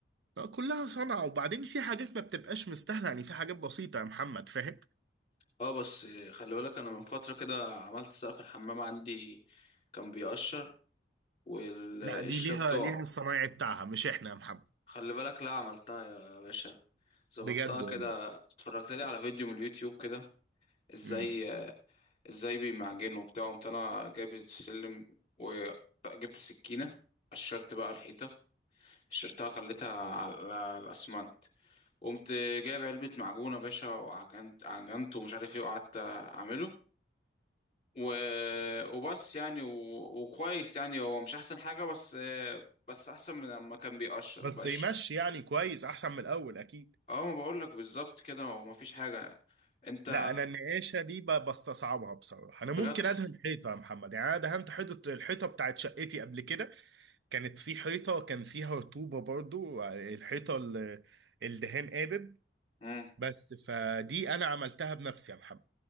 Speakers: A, on the right; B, on the left.
A: لا، كلها صنعة وبعدين في حاجات ما بتبقاش مستاهلة يعني في حاجات بسيطة يا محمد فاهم
B: اه بس خلي بالك انا من فترة كده عملت سقف الحمام عندي كان بيقشر والقشرة
A: لا دي ليها
B: بتوع
A: ليها الصنايعي بتاعها مش احنا يا محمد
B: خلي بالك لا عملتها يا باشا ظبطتها
A: بجد
B: كده
A: والله
B: اتفرجت لي على فيديو من اليوتيوب كده ازاي
A: امم
B: ازاي بيمعجنوا وبتاع قمت انا جايب السلم وجبت السكينة قشرت بقى الحيطة قشرتها خليتها على الأسمنت قمت جايب علبة معجون يا باشا وعجنت عجنت ومش عارف ايه وقعدت أعمله و... وبس يعني و... وكويس يعني هو مش احسن حاجة بس بس احسن من لما كان بيقشر
A: بس
B: بقاش
A: يمشي يعني كويس احسن من الاول اكيد
B: اه ما بقول لك بالظبط كده هو ما فيش حاجة انت
A: لا انا النقاشة دي ب- بستصعبها بصراحة انا
B: بجد
A: ممكن ادهن حيطة يا محمد يعني انا دهنت حيطة الحيطة بتاعت شقتي قبل كده كانت في حيطة كان فيها رطوبة برضو الحيطة ال- الدهان قابب
B: امم
A: بس فدي انا عملتها بنفسي يا محمد